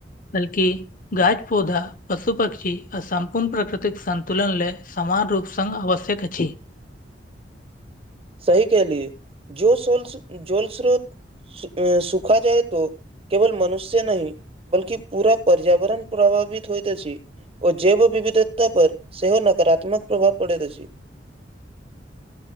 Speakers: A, on the left; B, on the right.
A: बल्कि <unintelligible> पौधा पशु पक्षी आ सम्पूर्ण प्रकृतिक संन्तुलन लेल समान रूप सङ्ग आवश्यक अछि
B: सही कहलियए जो सोल्स जोल स्रोत सुखा जाय तो केवल मनुष्य नहि बल्कि पूरा पर्यावरण प्रभावित होयत अछि ओ जैव विविधता पर सेहो नकारात्मक प्रभाव पड़ैत अछि